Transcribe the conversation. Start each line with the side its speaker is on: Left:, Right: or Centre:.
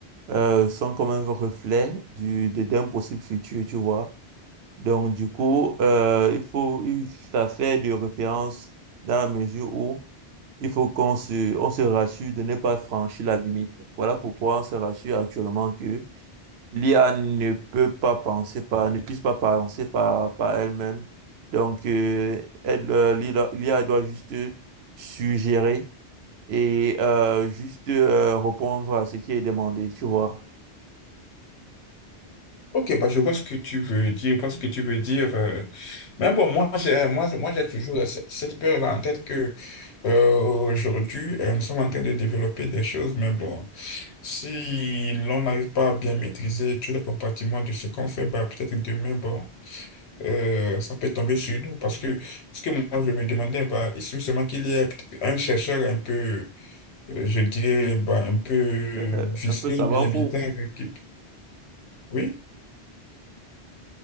Right: euh, sont comme un reflet du, de- d'un possible futur, tu vois. Donc, du coup, euh, il faut, il- ça fait de référence dans la mesure où il faut qu'on se, on se rassure de ne pas franchir la limite. Voilà pourquoi on se rassure actuellement que l'IA ne peut pas penser par, ne puisse pas penser par, par elle-même. Donc, euh, elle, euh, l'IA l'IA doit juste suggérer et euh, juste euh, répondre à ce qui est demandé, tu vois.
Left: Ok, bah je vois ce que tu veux dire, je vois ce que tu veux dire. euh. Mais bon, moi j'ai moi, moi j'ai toujours ce- cette peur-là en tête que euh, aujourd'hui, euh, nous sommes en train de développer des choses, mais bon, si l'on n'arrive pas à bien maîtriser tous les compartiments de ce qu'on fait, bah peut-être demain, bon. euh, ça peut tomber sur nous parce que ce que moi je me demandais, bah, il suffit seulement qu'il y ait un chercheur un peu, euh, je dirais, bah, un peu
Right: <laughs>
Left: vicieux,
Right: Un peu savant
Left: bien
Right: fou.
Left: bizarre. qui- Oui?